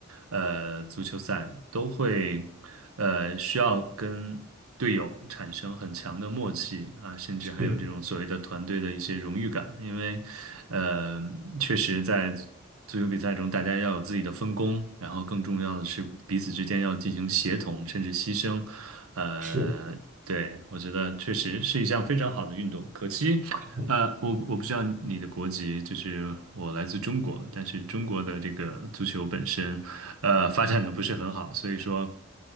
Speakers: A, on the right (about 80°); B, on the right (about 35°).
A: 呃足球赛，都会呃需要跟队友产生很强的默契啊，甚至还有这种所谓的团队的一些荣誉感，
B: 是
A: 因为呃确实在。足球比赛中，大家要有自己的分工，然后更重要的是彼此之间要进行协同，甚至牺牲。呃，
B: 是，
A: 对，我觉得确实是一项非常好的运动。可惜，
B: <laughs>
A: 呃，我我不知道你的国籍，就是我来自中国，但是中国的这个足球本身，呃，发展的不是很好，所以说，